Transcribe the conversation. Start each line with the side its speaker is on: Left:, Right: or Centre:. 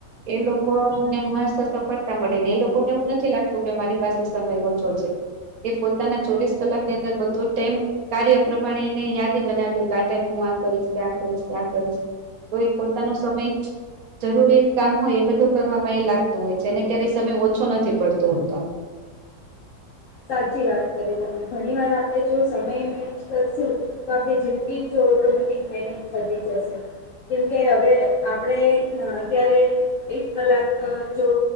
Right: એ લોકોને હંમેશા સફળતા મળે. ને એ લોકોને એવું નથી લાગતું, કે મારી પાસે સમય ઓછો છે. એ પોતાના ચોવીસ કલાકની અંદર બધો જ ટાઈમ કાર્ય પ્રમાણે એને યાદી બનાવ્યું, કે આ ટાઈમે હું આ કરીશ <unintelligible> કરીશ કે આ કરીશ. તો એ પોતાનો સમય જરૂરી કામ હોય એ બધું કરવામાં એ લાગતું હોય છે. એને ક્યારેય સમય ઓછો નથી પડતો હોતો.
Left: સાચી વાત કરી તમે. ઘણી વાર આપણે જો સમય મેનેજ કરશું તો આપણી જિંદગી જો ઓટોમેટિક મેનેજ થતી જશે. કેમ કે હવે આપણે અહ અત્યારે એક કલાક જો